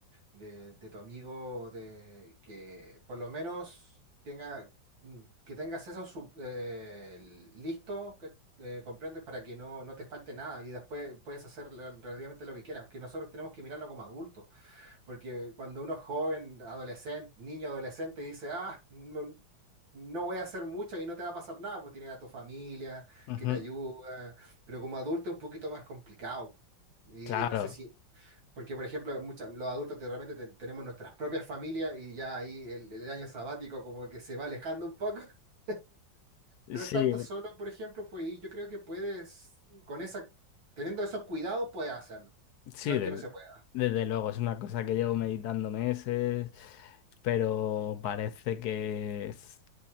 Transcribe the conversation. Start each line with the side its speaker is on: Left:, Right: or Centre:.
Right: de, de tu amigo, de que por lo menos tenga, mm, que tengas eso sub- eh, listo, que, eh, comprendes, para que no, no te falte nada y después puedes hacer la- relativamente lo que quieras, que nosotros tenemos que mirarlo como adultos, porque cuando uno es joven, adolescente, niño, adolescente, dice, ah, no, no voy a hacer mucho y no te va a pasar nada, pues tienes a tu familia
Left: Ujú,
Right: que te ayuda, pero como adulto es un poquito más complicado. Y
Left: Claro,
Right: no sé si porque, por ejemplo, mucha- los adultos te- realmente te- tenemos nuestras propias familias y ya ahí el, el año sabático como que se va alejando un poco, <laughs> pero
Left: sí,
Right: estando solo, por ejemplo, pues y yo creo que puedes, con esa, teniendo esos cuidados, puedes hacerlo.
Left: Sí,
Right: No es
Left: del-
Right: que no se pueda.
Left: desde luego, es una cosa que llevo meditando meses, pero parece que es-